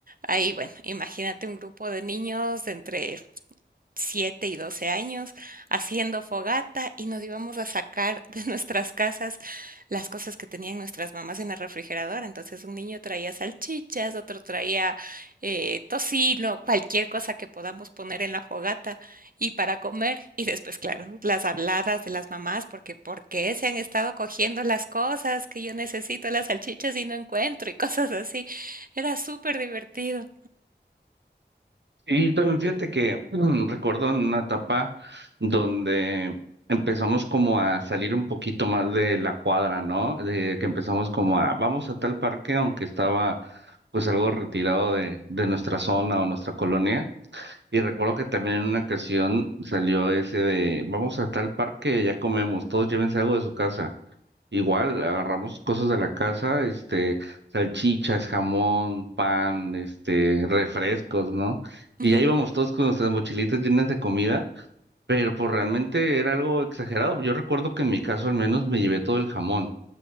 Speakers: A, on the right; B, on the right.
A: Ahí, bueno, imagínate un grupo de niños de entre 7 y 12 años haciendo fogata y nos íbamos a sacar <laughs> de nuestras casas las cosas que tenían nuestras mamás en el refrigerador. Entonces un niño traía salchichas, otro traía eh, tocino, cualquier cosa que podamos poner en la fogata y para comer. Y después, claro, las habladas de las mamás, porque ¿por qué se han estado cogiendo las cosas que yo necesito las salchichas y no encuentro y cosas así? Era súper divertido.
B: Y también fíjate que <clears throat> mm, recuerdo en una etapa donde empezamos como a salir un poquito más de la cuadra, ¿no? De que empezamos como a, vamos a tal parque, aunque estaba pues algo retirado de, de nuestra zona o nuestra colonia. Y recuerdo que también en una ocasión salió ese de, vamos a tal parque, ya comemos, todos llévense algo de su casa. Igual agarramos cosas de la casa, este, salchichas, jamón, pan, este, refrescos, ¿no? Y
A: <laughs>
B: ya íbamos todos con nuestras mochilitas llenas de comida, pero pues realmente era algo exagerado. Yo recuerdo que en mi caso al menos me llevé todo el jamón.